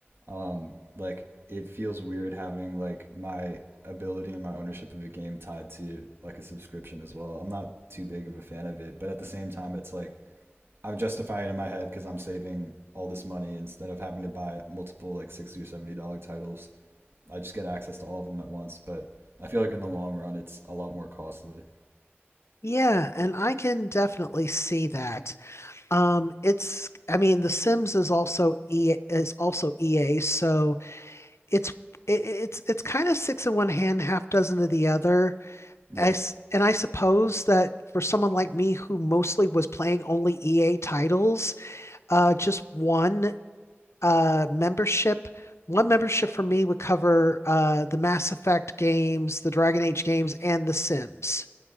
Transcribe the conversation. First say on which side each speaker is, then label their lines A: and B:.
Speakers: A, on the right; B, on the left.
A: Um, like it feels weird having like my ability and my ownership of a game tied to like a subscription as well. I'm not too big of a fan of it, but at the same time, it's like I'm justifying it in my head because I'm saving all this money instead of having to buy multiple like sixty or seventy dollar titles. I just get access to all of them at once, but I feel like in the long run it's a lot more costly.
B: Yeah, and I can definitely see that. Um, it's I mean, The Sims is also E is also EA, so it's it, it's it's kind of six in one hand, half dozen of the other.
A: Yeah,
B: I s and I suppose that for someone like me who mostly was playing only EA titles, uh, just one uh membership, one membership for me would cover uh the Mass Effect games, the Dragon Age games, and The Sims.